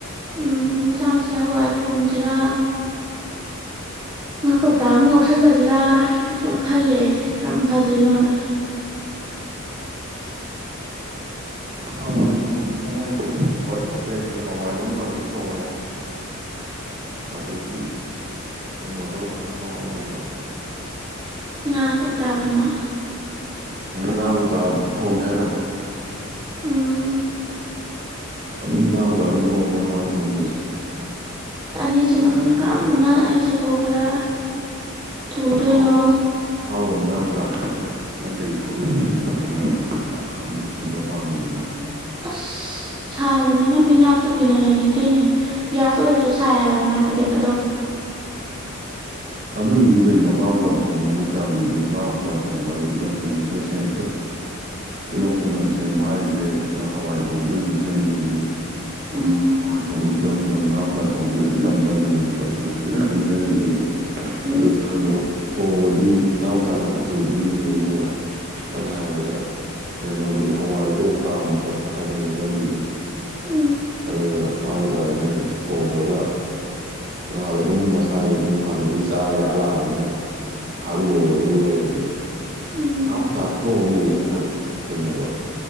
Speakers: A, on the right; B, on the right.
A: ꯎ ꯑꯦꯟꯁꯥꯡꯁꯦ ꯍꯋꯥꯏ ꯊꯣꯡꯁꯤꯔꯥ ꯉꯥ ꯀꯧꯇꯥ ꯑꯃ ꯉꯥꯎꯁꯜꯂꯁꯤꯔꯥ ꯁꯨꯝ ꯈꯜꯂ ꯑꯩꯁꯦ ꯀꯔꯝ ꯐꯗꯣꯏꯅꯣꯅ <inaudible>
B: ꯍꯋꯥꯏ ꯊꯣꯡꯕ ꯍꯋꯥꯏ ꯊꯣꯡꯕ ꯍꯋꯥꯏ ꯊꯣꯡꯕ ꯌꯥꯏ ꯀꯩꯅꯣ ꯍꯋꯥꯏꯗꯨ ꯑꯗꯨꯝ ꯐꯖꯅ ꯊꯣꯡꯉꯣ ꯑꯗꯒꯤ ꯀꯩꯅꯣꯗꯣ ꯇꯪ ꯉꯧꯔꯣ ꯀꯩꯅꯣ
A: ꯉꯥ ꯀꯧꯇꯥ ꯑꯗꯨꯃ
B: ꯉꯥꯕꯨꯇꯥ ꯊꯣꯡꯒꯦ ꯍꯥꯏꯔꯕ
A: ꯎꯝ
B: ꯑꯗꯨꯗꯤ ꯉꯥ ꯀꯧꯇꯥꯑꯣꯢꯅ ꯊꯣꯡꯉꯨ ꯀꯩꯅꯣ ꯍꯋꯥꯏ ꯊꯣꯡꯗ꯭ꯔꯁꯨ
A: ꯑꯅꯤꯁꯤ ꯃꯅꯨꯡꯗ ꯀꯔꯝꯕꯅ ꯑꯩꯁꯤꯕꯨ ꯈꯔ ꯊꯨꯗꯣꯏꯅꯣ
B: ꯍꯥꯎꯕꯅꯤ ꯑꯍꯥꯎꯕꯅꯤ ꯉꯥ ꯀꯧꯇꯥꯅ ꯅꯪ ꯀꯔꯤ ꯊꯕꯛ ꯂꯩꯔꯤꯅꯅꯣ ꯅꯪ ꯌꯥꯝꯅ ꯊꯨꯕ ꯄꯥꯝꯃꯤꯗꯨꯅ
A: ꯑꯁ ꯁꯥꯕꯅꯤꯅ ꯃꯩꯅꯥꯛꯇ ꯀꯨꯏꯅ ꯂꯩꯅꯤꯡꯗꯦꯅꯦ ꯒ꯭ꯌꯥꯁ ꯑꯣꯏꯔꯁꯨ ꯁꯥꯏ ꯍꯥꯏꯕ ꯃꯅꯥꯛꯇ ꯂꯦꯞꯄꯗꯣ
B: ꯑꯗꯨꯑꯣꯏꯁꯨ ꯀꯩꯅꯣ ꯉꯥꯎꯇꯥ ꯊꯣꯡꯕꯕꯨ ꯀꯨꯏꯗꯅꯣ ꯉꯥꯎꯇꯥ ꯊꯣꯡꯕ ꯍꯥꯏꯔꯗꯤ ꯇꯤꯜꯍꯧ ꯆ ꯅꯝ ꯁꯦꯝ ꯇꯤꯜꯍꯧ ꯆꯅꯝ ꯁꯦꯝꯕ ꯍꯥꯏꯁꯦ ꯅꯪ ꯍꯋꯥꯏ ꯊꯣꯡꯕꯁꯨ ꯑꯗꯨꯝ ꯁꯦꯝꯗꯣꯏꯅꯤ ꯑꯗꯨꯅ
A: ꯎꯝ
B: ꯍꯋꯥꯏ ꯊꯣꯡꯕꯩ ꯇꯤꯜꯍꯧꯁꯤꯅ ꯉꯥꯡꯇꯥꯥ ꯊꯣꯡꯕꯁꯤꯦ ꯀꯩꯁꯨ ꯌꯥꯝ ꯆꯪꯗꯕꯅꯤ ꯇꯧꯁꯤꯅ ꯈꯖꯤꯛ ꯈꯛꯇꯅꯤ ꯆꯪꯉꯤꯁꯦ ꯑꯗꯨꯝ
A: ꯎꯝ
B: ꯑꯗꯨꯗꯨꯅ ꯑꯗꯨ ꯊꯣꯡꯕꯗꯤ ꯉꯥꯎꯇꯥꯥꯗꯅ ꯊꯨꯗꯣꯏ ꯃꯤꯅꯦꯕꯡꯃ ꯑꯗꯨꯅ ꯍꯥꯢꯕꯗ ꯀꯩꯅꯣꯗꯨꯗꯤ ꯍꯋꯥꯏꯗꯨꯗꯤ ꯑꯃꯨꯛ ꯀꯥꯝꯕ ꯈꯣꯠꯄ ꯍꯥꯏꯕ ꯑꯃꯁꯨ ꯆꯪꯗꯣꯏꯅꯤ
A: ꯎꯝ
B: ꯑꯗꯨꯒ ꯉꯥꯎ ꯇꯥ ꯅꯪ ꯊꯣꯡꯈ꯭ꯔꯒ ꯉꯥꯗꯣ ꯑꯗꯨꯝ ꯃꯁꯥꯒꯤ ꯑꯗꯨꯝ ꯍꯥꯟꯅꯗꯒꯤ ꯆꯥ ꯌꯥ ꯂꯥꯛꯑꯅꯤꯅ ꯉꯥꯏꯍꯥꯛ ꯂꯣꯜꯂꯒ ꯂꯣꯏꯌꯦꯗꯅ
A: ꯎꯝ
B: ꯉꯥ ꯈꯨꯊꯥ ꯈꯨꯊꯣꯡ ꯑꯃ ꯂꯩꯌꯦ ꯉꯍꯥꯟ ꯊꯦꯡꯅꯕ